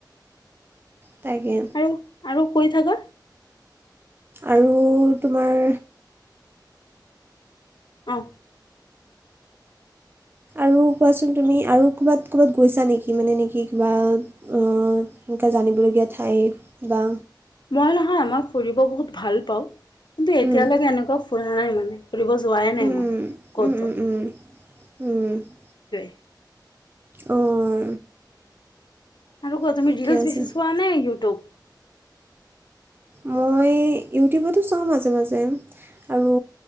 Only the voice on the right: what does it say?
তাকে।
আৰু তোমাৰ
আৰু কোৱাচোন তুমি আৰু ক'ৰবাত ক'ৰবাত গৈছা নেকি? মানে নেকি কিবা? অঁ তেনেকে জানিবলগীয়া ঠাইত বা
উম,
উম,
উম, উম, উম, উম, উম,
অঁ
ঠিকে
আছে
মই ইউটিবটো চাওঁ মাজে মাজে আৰু